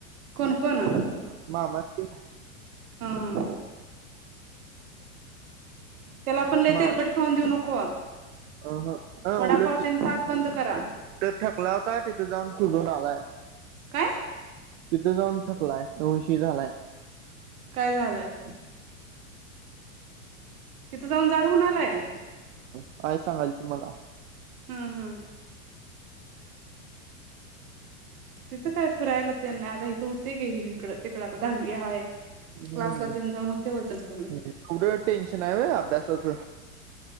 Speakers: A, on the right; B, on the right.
A: कोण कोण हा
B: मामा न ती
A: हा त्याला पण लई
B: मामा
A: तेलकट खाऊन देऊ नको
B: अ हा
A: वडापावतेन
B: उलट
A: पाक बंद करा.
B: ठकला का तिथं जाऊन सोडून आलाय.
A: काय
B: तिथं जाऊन ठपलाय तो विषय झालाय.
A: काय झालाय? तिथं जाऊन जाड हून आलाय?
B: काय सांगायचं तुम्हाला.
A: हम्म हम्म त्याचं काय? फिरायला तेन नाही आता इथं होते गेले इिकड तिकड आ धावी हाय
B: हम्म
A: क्लासला तेन जाऊन होते वजन कमी
B: पुढ टेन्शन हाय होय अभ्यासाच?